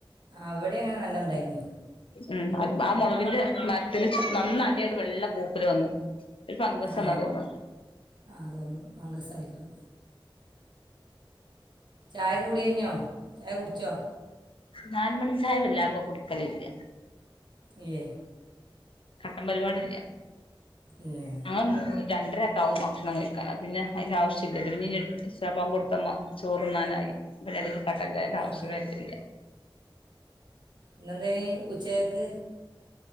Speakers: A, on the right (about 55°); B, on the left (about 80°).
A: അവിടെങ്ങനെ നല്ലതുണ്ടായിന്
B: ഉ ആ മുളകിന്റെ മറ്റേ - ആദിയമാണ് വെള്ള പൂപ്പില് വന്നു ഒരു ഫംഗസ്
A: ആ
B: വന്നാ തോന്നുണു
A: ആ അത് ഫംഗസ് ആയിരുന്നു ചായ കുടി കഴിഞ്ഞോ? ചായ കുടിച്ചോ
B: നാലുമണി ചായ വല്ലാതെ കുടിക്കൽ ഇല്ല
A: ഇല്ലേ
B: കട്ടൻ പരിപാടി ഇല്ല
A: ഇല്ലേ
B: <unintelligible> എട്ടരയ്ക്ക് ആവും ഭക്ഷണം കഴിക്കാൻ പിന്നെ അതിന്റെ ആവശ്യമില്ല പിന്നെ ഇഷാ ബാങ്ക് മ്മ കൊടുത്താൽ ചോറ് തിന്നാനായി കട്ടൻചായ
A: ആ
B: ആവശ്യം വരലില്ല
A: ഇന്നെന്തേ നീ ഉച്ചക്കക്ക്